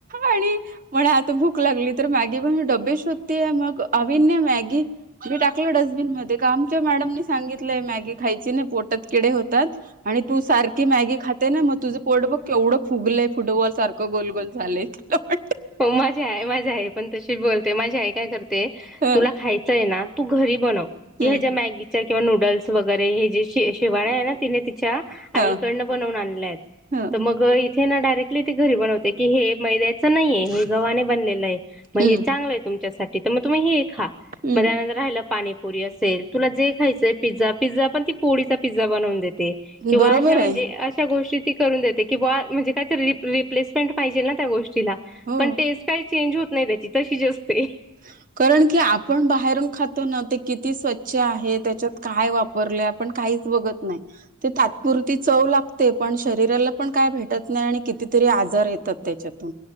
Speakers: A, on the right; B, in the centre.
A: आणि म्हणा आता भुक लागली तर मॅगी पण डबी श होधती मग अभन्य मॅगी मी टाकलोडस्बिनमध्येध्ये का आमच्या मॅडमनी सांगितलंय मॅगी खायची नाही पोटात किडे होतात आणि तू सारखी मॅगी खाते ना मग तुझं पोट बघ एवढं फुगलंय फुटबॉल सारखं गोलगोल झाले प
B: हो माझी आय माझ्या आई पण तशीच बोलते माझी आई काय करते
A: ह
B: तुला खायचं आहे ना तू घरी बनव
A: हम्म
B: ह्या ज्या मॅगीच्या किंवा नूडल्स वगैरे हे जे शेवा आहे ना तिने
A: ह
B: आईकडन पणऊन आणय
A: ह
B: तर मग थ ना डायरेक्टली ते घरी बनवते की हे मैद्याच नाहीे हे गवा्हाने बनलेलं आहे मग
A: हम्म
B: हे चांगलं आहे तुमच्यासाठी तर मग तुम्ही हे खा
A: हम्म
B: मग त्यानंतर राहिला पाणीपुरी असेल तुला जे खायचय पिझ्झा पिझ्झ पण ती पोळीचा पिझा बनवून देते किंवाशा
A: बरोबर आहे
B: म्हणजे गोष्टी ती करून देते किं म्हणजे काय रिप्लेसमेंट पाहिजे ना त्या गोष्टीला
A: हो
B: पण टेस्ट काही चेंज होत नाही त्याची तशी जास्ते
A: <unintelligible> कारण की आपण बाहेरून खातो ना ते किती स्वच्छ आहे त्याच्यात काय वापरले. पण काहीच बघत नाही. ते तात्पुरती चव लागते पण शरीराला पण काय भेटत नाही आणि कितीतरी आजार येतात त्याच्यातून